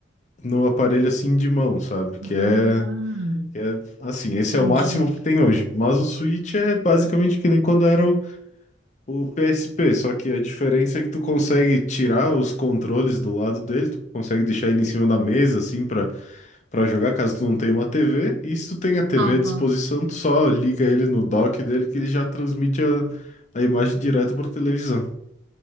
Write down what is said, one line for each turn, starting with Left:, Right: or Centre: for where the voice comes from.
Left: no aparelho assim de mão, sabe? Que é,
Right: Ah,
Left: que é assim, esse
Right: entendi.
Left: é o máximo que tem hoje. Mas o Switch é basicamente que nem quando era o, o PSP, só que a diferença é que tu consegue tirar os controles do lado dele, tu consegue deixar ele em cima da mesa assim para para jogar, caso tu não tenha uma TV, e se tu tem a TV
Right: Aham.
Left: à disposição, tu só liga ele no dock dele que ele já transmite a, a imagem direta para televisão.